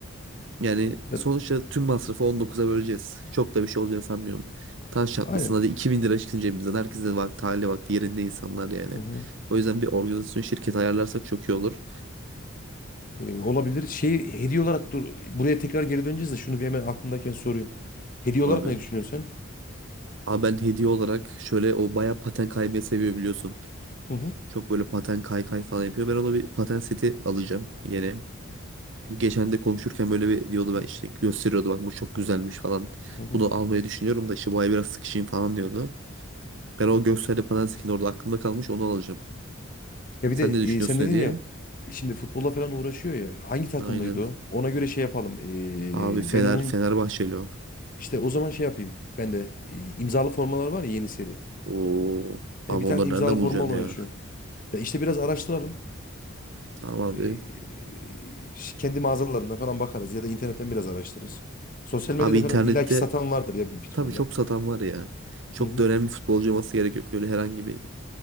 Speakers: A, on the right (about 60°); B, on the left (about 40°).
A: Yani
B: Ya-
A: sonuçta tüm masrafı 19'a böleceğiz. Çok da bir şey olacağını sanmıyorum. Taş çatlasın
B: Aynen.
A: hadi 2000 lira çıksın cebimizden. Herkes de vakti hali vakti yerinde insanlar yani.
B: Hı hı.
A: O yüzden bir organizasyon şirketi ayarlarsak çok iyi olur.
B: Ee, olabilir. Şey hediye olarak dur. Buraya tekrar geri döneceğiz de şunu bir hemen aklımdayken sorayım. Hediye
A: Abi.
B: olarak ne düşünüyorsun? sen?
A: Ama ben hediye olarak şöyle o bayağı paten kaymayı seviyor biliyorsun.
B: Hı hı,
A: Çok böyle paten kay kay falan yapıyor. Ben ona bir paten seti alacağım yeni. Çünkü geçen de konuşurken böyle bir diyordu ben işte gösteriyordu bak bu çok güzelmiş falan.
B: hı hı.
A: Bunu almayı düşünüyorum da işte bu ay biraz sıkışayım falan diyordu. Ben o gösterdi paten setini orada aklımda kalmış onu alacağım.
B: Ya bir
A: Sen
B: de
A: ne düşünüyorsun
B: e, sen dedin
A: hediye?
B: ya şimdi futbolla falan uğraşıyor ya. Hangi takımlıydı
A: Aynen.
B: o? Ona göre şey yapalım. Ee,
A: Abi Fener
B: ben onun
A: Fenerbahçeli o.
B: işte o zaman şey yapayım. Ben de e, imzalı formalar var ya yeni seri.
A: Oo. Abi
B: E, bir tane
A: onları
B: imzalı
A: nereden
B: forma
A: bulacaksın
B: olmayı
A: ya?
B: düşünüyorum. Ya işte biraz araştıralım.
A: Tamam abi.
B: Eee, ş- kendi mağazalarında falan bakarız ya da internetten biraz araştırırız. Sosyal medyada
A: Abi internette
B: falan illaki satan vardır ya büyük ihtimalle.
A: tabii çok satan var ya. Çok
B: Hı hı.
A: da önemli futbolcu olması gerek yok. Böyle herhangi bir